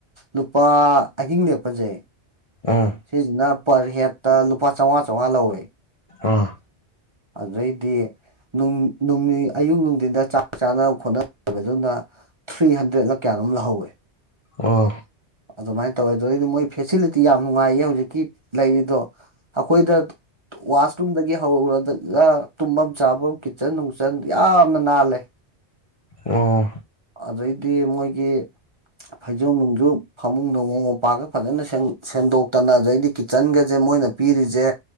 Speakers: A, on the right (about 30°); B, on the left (about 35°).
A: ꯂꯨꯄꯥ ꯑꯍꯤꯡ ꯂꯦꯛꯄꯖꯦ
B: ꯎꯝ
A: ꯁꯤꯖꯤꯅ ꯄꯔ ꯍꯦꯠꯇ ꯂꯨꯄꯥ ꯆꯥꯎꯉꯥ ꯆꯥꯎꯉꯥ ꯂꯧꯋꯦ
B: ꯑꯥ
A: ꯑꯗꯨꯗꯩꯗꯤ ꯅꯨꯡ ꯅꯨꯃꯤ ꯑꯌꯨꯛ ꯅꯨꯡꯗꯤꯟꯗ ꯆꯥꯛ ꯆꯥꯅ ꯈꯣꯠꯅ ꯕꯗꯨꯅ ꯊ꯭ꯔꯤ ꯍꯟꯗ꯭ꯔꯦꯗꯂ ꯀꯌꯥ ꯅꯣꯝ ꯂꯍꯧꯌꯦ
B: ꯑꯣ
A: ꯑꯗꯨꯃꯥꯏꯟ ꯇꯧꯋꯦ ꯑꯗꯩꯗꯤ ꯃꯣꯏ ꯐꯦꯁꯤꯂꯤꯇꯤ ꯌꯥꯝ ꯅꯨꯡꯉꯥꯏꯌꯦ ꯍꯧꯖꯤꯛꯀꯤ ꯂꯩꯔꯤꯗꯣ ꯑꯈꯣꯏꯗ ꯋꯥꯁꯔꯨꯝꯗꯒꯤ ꯍꯧꯔꯗꯒ ꯇꯨꯝꯕꯝ ꯆꯥꯐꯝ ꯀꯤꯠꯆꯟ ꯅꯨꯡꯆꯟ ꯌꯥꯝꯅ ꯅꯥꯜꯂꯦ
B: ꯑꯣ
A: ꯑꯗꯩꯗꯤ ꯃꯣꯏꯒꯤ ꯐꯩꯖꯣꯞ ꯅꯨꯡꯖꯨꯞ ꯐꯃꯨꯡ ꯅꯣꯡꯃꯨ ꯃꯣꯝꯄꯥꯛꯀ ꯐꯖꯅ ꯁꯦꯝꯗꯣꯛꯇꯅ ꯑꯗꯩꯗꯤ ꯀꯤꯠꯆꯟꯒꯖꯦ ꯃꯣꯏꯅ ꯄꯤꯔꯤꯖꯦ